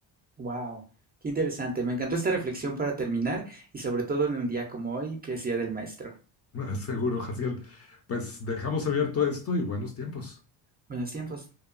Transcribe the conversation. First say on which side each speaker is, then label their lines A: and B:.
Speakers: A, on the right (about 25°); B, on the left (about 35°).
A: Guau, qué interesante. Me encantó esta reflexión para terminar y sobre todo en un día como hoy, que es Día del Maestro.
B: <laughs> Seguro, Jaciel. Pues dejamos abierto esto y buenos tiempos.
A: Buenos tiempos.